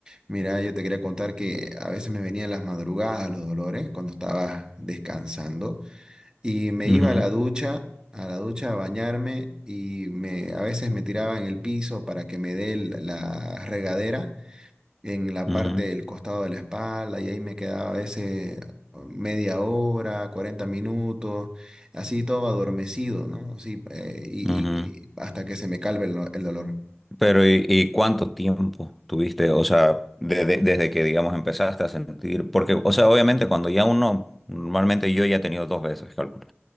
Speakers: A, on the right (about 15°); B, in the centre.
A: Mira, yo te quería contar que a veces me venían las madrugadas los dolores cuando estaba descansando. Y me
B: ujú,
A: iba a la ducha, a la ducha a bañarme y me, a veces me tiraba en el piso para que me dé el- la regadera en la
B: ujú,
A: parte del costado de la espalda y ahí me quedaba a veces media hora, 40 minutos, así todo adormecido, ¿no? Así, eh, y,
B: ujú.
A: y que- hasta que se me calme el, do- el dolor.
B: Pero ¿y, y cuánto tiempo tuviste? O sea, desde, desde que, digamos, empezaste a sentir, porque, o sea, obviamente cuando ya uno, normalmente yo ya he tenido dos veces cálculo.